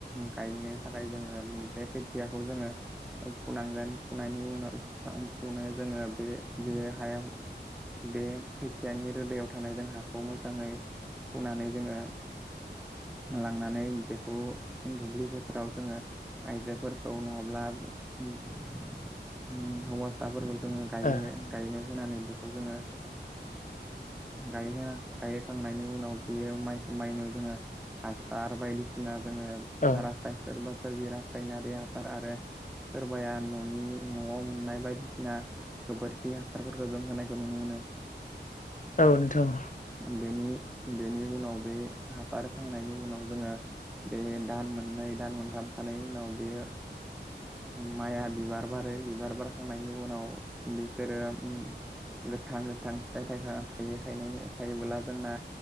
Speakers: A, in the centre; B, on the left (about 45°).
A: गायनो थाखाय जोङो बे खोथियाखौ जोङो फुनांगोन फुननायनि उनाव फुखां फुनो जोङो बे बे हायाव बे खोथियानि रोदायाव थानाय जों हाखौ मोजाङै फुनानै जोङो लांनानै बेखौ दुब्लि बोथोराव जोङो आयजोफोरखौ नङाब्ला उम हौवासाफोरखौ जोङो गायनो
B: ओ
A: गायनो होनानै बेखौ जोङो गायहोना गायहोखांनायनि उनाव बेयो माइखौ माइनोाव जोङो हासार बायदिसिना जोङो
B: औ
A: रासाय सोरबा सोरबि रासा सायनारि हासार आरो सोरबाया न'नि न'आव मोननाय बायदिसिना गोबोरखि हासारफोरखौ जों होनायखौ नुनो मोनो <inaudible>
B: औ नोंथां।
A: बेनि बेनि उनाव बे हासार होखांनायनि उनाव जोङो बे दान मोननै दान मोनथाम था। नायनि उनाव बेयो। माइआ बिबार बारो बिबार बारखांनायनि उनाव बे जेरो उम गोथां गोथां फिथाय थयखा थायो थयना थायोबोला जोंना